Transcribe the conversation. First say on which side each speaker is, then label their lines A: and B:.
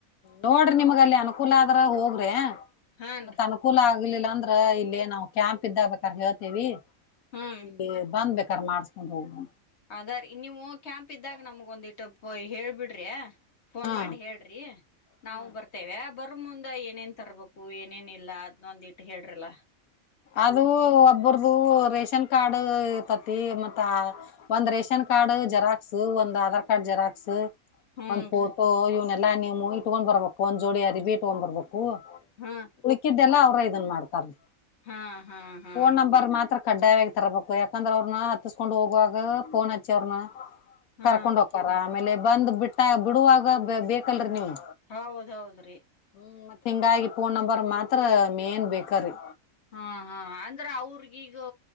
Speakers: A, on the left (about 85°); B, on the left (about 50°).
A: ನೋಡ್ರಿ ನಿಮಗೆ ಅನುಕೂಲ ಆದ್ರೆ ಹೋಗ್ರಿ
B: ಹಾನ್ರಿ
A: ಮತ್ತ ಅನುಕೂಲನಾಗ್ . ಆಗ್ಲಿಲ್ಲ ಅಂದ್ರ ಇಲ್ಲಿ ನಾವು ಕ್ಯಾಂಪ್ ಇದ್ದಾಗಬೇಕಾದ್ರ ಹೇಳ್ತೇವಿ.
B: ಹ್ಮ್
A: ಇಲ್ಲಿ ಬಂದ್ಬೇಕ್. ಕರ್ ಮಾಡ್ಸ್ಕೊಂಡ್ ಹೋಗು
B: ಅದಾ ರೀ ನೀವು ಕ್ಯಾಂಪ್ ಇದ್ದಾಗ ನಮಗ್ ಒಂದ್ ಇಟ್ಟು ಹೇಳ್ಬಿಡ್ರೀ. ಫೋನ್
A: ಹಾ
B: ಮಾಡಿ ಹೇಳ್ರಿ
A: ಹಾ.
B: ನಾವು ಬರ್ತೇವೆ. ಬರ್ ಮುಂದೆ ಏನೇನ್ ತರ್ಬೇಕು ಏನೇನ್ ಇಲ್ಲ ಅದ್ನ್ ಒಂದ್ ಇಟ್ಟ ಹೇಳ್ರಲ್ಲಾ.
A: ಅದು ಒಬ್ಬರ್ದು ರೇಷನ್ ಕಾರ್ಡ್ ಇತತಿ ಮತ್ತ ಒಂದ್ ರೇಷನ್ ಕಾರ್ಡ್ ಜೆರಾಕ್ಸ್ ಒಂದ್ ಆಧಾರ್ ಕಾರ್ಡ್ ಜೆರಾಕ್ಸ್
B: ಹೂನ್ರಿ
A: ಒಂದ್ ಫೋಟೋ ಇವನ್. ಇಲ್ಲ ನೀವು ಮುಯ್ ತಗೋಂಡ್ ಬರ್ಬೇಕು ಒಂದ್ ಜೋಡಿ ಅರಿಬೆ ತಗೋಂಡ್ ಬರ್ಬೇಕು. ಓ
B: ಹಾ
A: ಉಳ್ಕಿದ್ದೆಲ್ಲಾ. ಇದನ್ ಮಾಡ್ತಾರೀ.
B: ಹಾ ಹಾ ಹಾ
A: ಫೋನ್ ನಂಬರ್ ಮಾತ್ರ ಕಡ್ಡಾಯ. ತರಬೇಕು ಯಾಕಂದ್ರ ಅವ್ರನ್ನ ಹತ್ತಸ್ಕೊಂಡ್ ಹೋಗುವಾಗ ಫೋನ್ ಹಚ್ಚಿ ಅವ್ರನ್ನ
B: ಹಾ
A: ಕರ್ಕೊಂಡ್ ಹೋಕ್ತಾರ ಆಮೇಲೆ ಬಂದ್ ಬಿಟ್ಟಾ ಬಿಡುವಾಗ ಬೇಕಲ್ರೀ ನೀವು
B: ಹೌದ್ ಹೌದ್ರಿ
A: ಹ್ಮ್ ಮತ್ ಹಿಂಗಾಗಿ ಫೋನ್ ನಂಬರ್ ಮಾತ್ರಾ ಮೇನ್ ಬೇಕರೀ.
B: ಹಾ ಹಾ ಅಂಗಾರೆ ಅವ್ರಗೀಗು